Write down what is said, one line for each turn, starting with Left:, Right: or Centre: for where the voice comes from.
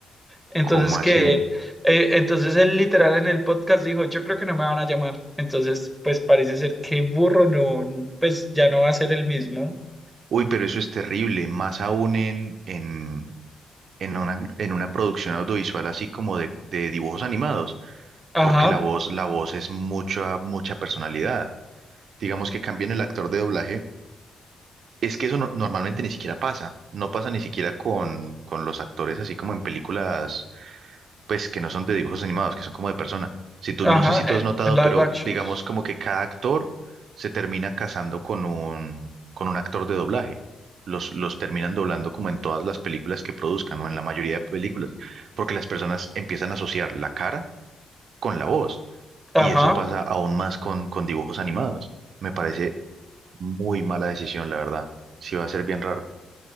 Centre: Entonces,
Right: ¿Cómo así?
Centre: que, eh, entonces él literal en el podcast dijo, yo creo que no me van a llamar. Entonces, pues parece ser que burro no, pues ya no va a ser el mismo.
Right: Uy, pero eso es terrible, más aún en, en, en una, en una producción audiovisual así como de, de dibujos animados,
Centre: Ajá,
Right: porque la voz, la voz es mucha, mucha personalidad. Digamos que cambien el actor de doblaje, es que eso no- normalmente ni siquiera pasa, no pasa ni siquiera con, con los actores así como en películas pues que no son de dibujos animados, que son como de persona. Si tú,
Centre: ajá,
Right: no sé si tú
Centre: eh,
Right: has notado,
Centre: live
Right: pero
Centre: actions.
Right: digamos como que cada actor se termina casando con un, con un actor de doblaje. Los, los terminan doblando como en todas las películas que produzcan o en la mayoría de películas, porque las personas empiezan a asociar la cara con la voz.
Centre: Ajá.
Right: Y eso pasa aún más con, con dibujos animados. Me parece muy mala decisión, la verdad. Sí va a ser bien raro.